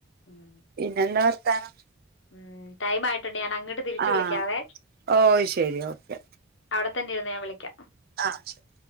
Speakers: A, on the left; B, on the right.
A: ഉം
B: പിന്നെ എന്താ വർത്താനം
A: ഉം ടൈംയിട്ടണ്ട് ഞാൻ അങ്ങട്ട് തിരിച്ചു
B: ആ
A: വിളിക്കാവേ
B: ഓ ശരി ഓക്കെ
A: അവടെ തന്നിരുന്നോ ഞാൻ വിളിക്കാ
B: ആ ശെരി